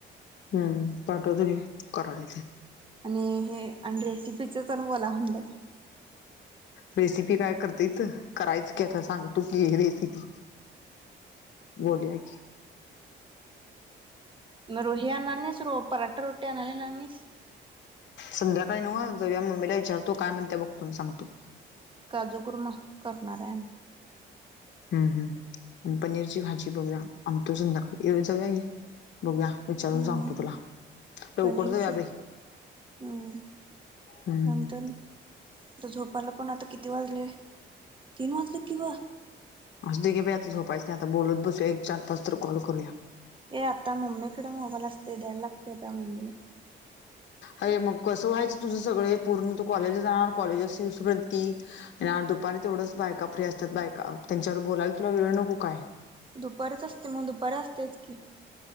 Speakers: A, on the left (about 65°); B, on the right (about 25°).
A: हम्म पाठवतो की करालोय.
B: आणि हे आणि रेसिपीच तर बोला म्हणलं.
A: रेसिपी काय करतेे हिथ करायच की आता सांगतो की हे रेसिपी बोलूया की
B: <unintelligible>
A: संध्याकाळी निवांत जाऊया मम्मीला विचारतो काय म्हणत्या बघतो अन् सांगतो.
B: काजू कुरमा करणार हाय आम्ही
A: हम्म हम्म आणि पनीरची भाजी बघूया संध्याकाळी जाऊया बघूया विचारून
B: आम्ही
A: सांगतो तुला लवकर
B: पनीरच
A: जाऊया बाई
B: हम्म
A: हम्म
B: नंतर तर झोपायला पण आता किती वाजलेय तीन वाजले की ग
A: असते की बाई झोपायच नाही आता बोलत बसूया एक चार पाच तर कॉल करूया.
B: ये आता मम्मीकडे मोबाईल असते द्यायला लागते आता मम्मीला
A: अरे मग कसं व्हायचं तुझं सगळ पूर्ण तू कॉलेजला जाणार कॉलेज असेपर्यत आणि आज दुपारी तेवढच बायका फ्री असतात बायका त्यांच्या बरोबर बोलायला तुला वेळ नको काय
B: दुपारच असते मग दुपारी असत्याच की